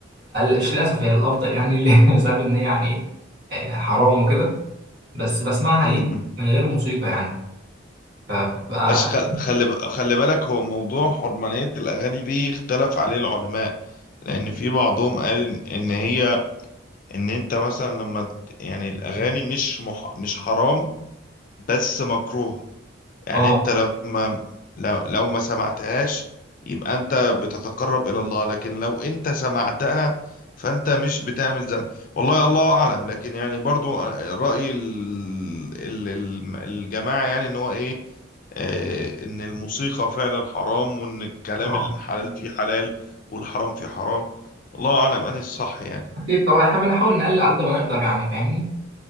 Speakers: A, on the right (about 60°); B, on the left (about 45°).
A: مش للأسف هي الأفضل يعني <laughs> بسبب إن هي يعني إيه آه، حرام وكده بس بسمعها
B: مم.
A: إيه
B: مم.
A: من غير موسيقى يعني فبتبقى
B: بس خل... خلي ب- خلي بالك هو موضوع حرمانية الأغاني دي اختلف عليه العلماء لأن في بعضهم قال إن إن هي إن أنت مثلا لما ت- يعني الأغاني مش مح... مش حرام بس مكروه يعني
A: اه
B: انت لما لو, لو ما سمعتهاش يبقى انت بتتقرب الى الله لكن لو انت سمعتها فانت مش بتعمل ذنب والله الله اعلم لكن يعني برضو آه، رأي ال- ال- ال- الجماعة يعني ان هو ايه آه، ان الموسيقى فعلا حرام وان الكلام
A: اه
B: الحلال فيه حلال والحرام فيه حرام الله اعلم اني الصح يعني
A: اكيد طبعا احنا بنحاول نقلل على قد ما نقدر يعني فاهمني